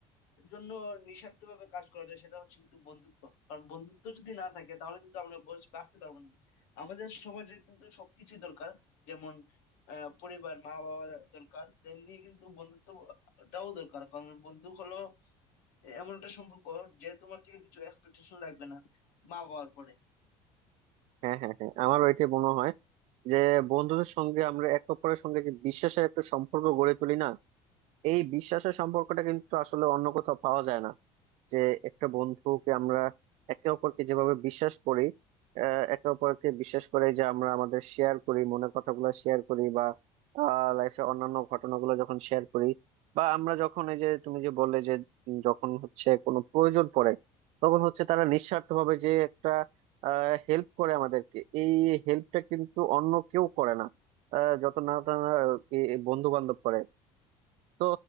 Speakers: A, on the left; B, on the right.
A: জন্য নিঃস্বার্থ ভাবে কাজ করা যায় সেটা হচ্ছে কিন্তু বন্ধুত্ব কারণ বন্ধুত্ব যদি না থাকে তাহলে কিন্তু আমরা বস বাঁচতে পারবো না আমাদের সমাজে কিন্তু সবকিছুই দরকার যেমন আহ পরিবার মা বাবা দরকার তেমনি কিন্তু বন্ধুত্বটাও দরকার কারণ বন্ধু হলো এমন একটা সম্পর্ক যে তোমার থেকে কিছু এক্সপেকটেশন রাখবে না মা বাবার পরে
B: হ্যাঁ হ্যাঁ হ্যাঁ আমার ওইটাই মনে হয় যে বন্ধুদের সঙ্গে আমরা একে অপরের সঙ্গে যে বিশ্বাসের একটা সম্পর্ক গড়ে তুলি না এই বিশ্বাসের সম্পর্কটা কিন্তু আসলে অন্য কোথাও পাওয়া যায় না যে একটা বন্ধুকে আমরা একে অপরকে যেভাবে বিশ্বাস করি আহ, একে অপরকে বিশ্বাস করে যে আমরা আমাদের শেয়ার করি মনের কথাগুলো শেয়ার করি বা লাইফে অন্যান্য ঘটনাগুলো যখন শেয়ার করি বা আমরা যখন এই যে তুমি যে বললে যে উম, যখন হচ্ছে কোনো প্রয়োজন পড়ে তখন হচ্ছে তারা নিঃস্বার্থভাবে যে একটা হেল্প করে আমাদেরকে এই হেল্পটা কিন্তু অন্য কেউ করে না আহ, যত না তারা বন্ধু বান্ধব করে তো